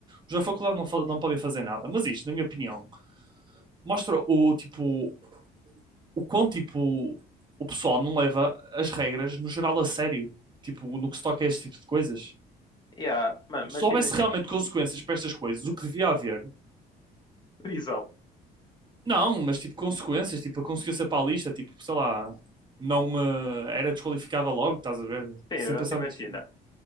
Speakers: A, on the right; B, on the left.
A: Os da faculdade não, fa- não podem fazer nada, mas isto, na minha opinião, mostra o tipo o quão tipo o pessoal não leva as regras no geral a sério, tipo no que se toca a esse tipo de coisas.
B: Yeah, mano,
A: se
B: mas
A: houvesse
B: imagina,
A: realmente consequências para estas coisas, o que devia haver?
B: prisão.
A: Não, mas tipo, consequências, tipo, a consequência para a lista, tipo, sei lá, não eh, era desqualificada logo, estás a ver?
B: Sim,
A: Sem
B: mas
A: pensar
B: imagina.
A: muito.